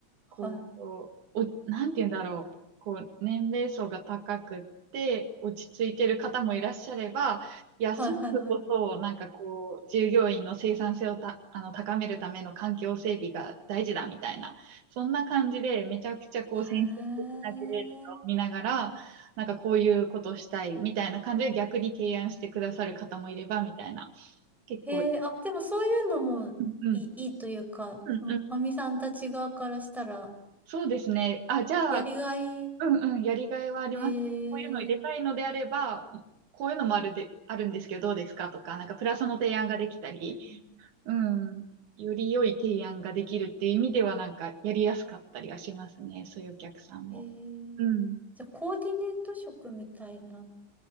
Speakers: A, in the centre; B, on the right.
A: はい。
B: こう、お、なんて言うんだろう。こう、年齢層が高くって、落ち着いてる方もいらっしゃれば、いや、
A: はいはいはい。
B: そういうことを、なんかこう、従業員の生産性をた、あの、高めるための環境整備が大事だみたいな、そんな感じで、めちゃくちゃこう、先進的な事例とかを見ながら、
A: へえ。
B: なんかこういうことをしたいみたいな感じで逆に提案してくださる方もいれば、みたいな。結構、
A: へえ、あ、でもそういうのもいい、
B: うんうん。
A: いいというか、
B: うん
A: その、まみさんたち側からしたら、
B: そうですね。あ、じゃあ、
A: やりがい、
B: うんうん、やりがいはあります。
A: へえ、
B: こういうの入れたいのであれば、こういうのもあるで、あるんですけど、どうですかとか、なんかプラスの提案ができたり、
A: うん
B: うん、より良い提案ができるっていう意味では、なんかやりやすかったりはしますね。そういうお客さんも。
A: へえ、
B: うん。
A: じゃあ、コーディネート職みたいな。